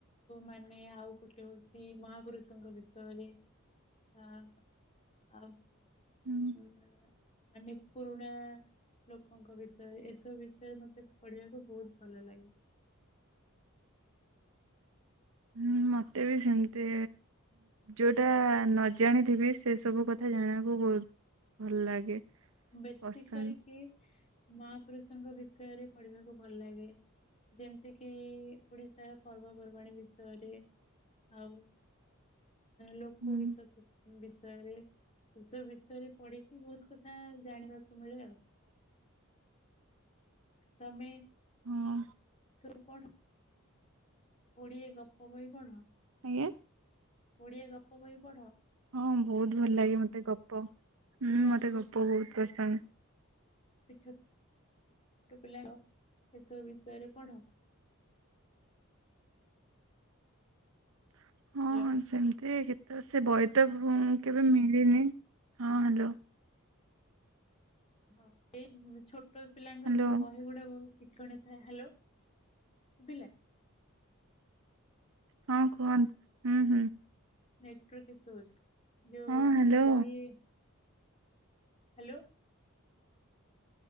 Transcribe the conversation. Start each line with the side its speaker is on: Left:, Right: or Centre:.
Left: ମାନେ ଆଉ ଗୋଟେ ହ ସେ ମହାପୁରୁଷଙ୍କ ବିଷୟରେ। ଅ ଆୋ
Right: ହୁଁ
Left: ହ ମାନେ ପୁରୁଣା ଲୋକଙ୍କ ବିଷୟରେ ଏସବୁ ବିଷୟରେ ମତେ ପଢିବାକୁ ବହୁତ ଭଲ ଲାଗେ।
Right: ହୁଁ ମତେ ବି ସେମତି ଯେଉଁଟା ନଜାଣିଥିବି ସେସବୁ କଥା ଜାଣିବାକୁ ବହୁତ ଭଲ ଲାଗେ
Left: ବେଶ
Right: ପସନ୍ଦ
Left: କରିକି ମହାପୁରୁଷଙ୍କ ବିଷୟରେ ପଢିବାକୁ ଭଲ ଲାଗେ। ଯେମିତିକି ଓଡିଶାର ପର୍ବପର୍ବାଣୀ ବିଷୟରେ। ଆଉ ଲୋକ
Right: ହୁଁ
Left: ଗୀତ ବିଷୟରେ। ଏସବୁ ବିଷୟରେ ପଢିକି ବହୁତ କଥା ଜାଣିବାକୁ ମିଳେ ଆଉ। ତମେ
Right: ହଁ।
Left: ସବୁ ପଢ଼। ଓଡିଆ ଗପ ବହି ପଢ଼?
Right: ଆଜ୍ଞା?
Left: ଓଡ଼ିଆ ଗପ ବହି ପଢ଼?
Right: ହଁ ବହୁତ ଭଲ ଲାଗେ ମୋତେ ଗପ।
Left: ପିଲାଙ୍କ
Right: ମୋତେ ଗପ ବହୁତ ପସନ୍ଦ।
Left: ପଠ ଛୋଟ ପିଲାର ଏସବୁ ବିଷୟରେ ପଢ?
Right: <unintelligible>
Left: ହ୍ୟାଲୋ?
Right: ସେମିତି କେତେ ସେ ବହି ତଁ କେବେ ମିଳିନି। ହଁ, ହ୍ୟାଲୋ?
Left: ହଉ ସେଇ ଛୋଟ ପିଲାଙ୍କ
Right: ହ୍ୟାଲୋ
Left: ବହି ଗୁଡା ବହୁ ଶିକଣ ଥାଏ। ହ୍ୟାଲୋ ଶୁଭିଲା?
Right: ହଁ କୁହନ୍ତୁ ହୁଁ ହୁଁ।
Left: ନେଟାର୍ ଇସୁ ଅଛି ଯୋଉ
Right: ହଁ ହ୍ୟାଲୋ
Left: ବହି ହ୍ୟାଲୋ?